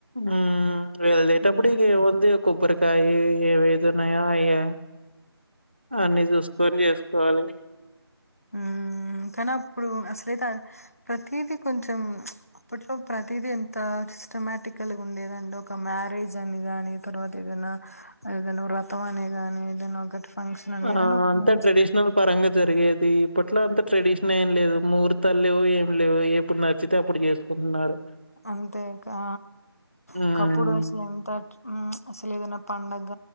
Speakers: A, on the right; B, on the left.
A: మ్ వెళ్లేటప్పుడే
B: హ్మ్.
A: ఇగ ఎవన్ ది కొబ్బరికాయ ఏ వేదనయా ఏ అన్నీ చూసుకోని చేసుకోవాలి.
B: మ్ మ్ కానీ అప్పుడు అసలైతే ప్రతిది కొంచెం అప్పట్లో ప్రతిది అంత సిస్టమాటికల్గా ఉండేదండి ఒక మ్యారేజ్ అని గాని తర్వాత ఏదనా ఏదనా వ్రతం అనిగాని ఏదైనా ఒకటి ఫంక్షన్ అని
A: ఆ
B: ఏదైనా ఒక
A: అంతా
B: మంచి
A: ట్రెడిషనల్ పరంగా జరిగేది ఇ ఇప్పట్లో అంత ట్రెడిషన్ ఏం లేదు ముహూర్తాలు లేవు ఏం లేవు ఎప్పుడు నచ్చితే అప్పుడు చేసుకుంటున్నారు
B: అంతేకా
A: హ్మ్.
B: ఒకప్పుడు అసలు ఎంత ట్రే మ్ అసలు ఏదైనా పండగ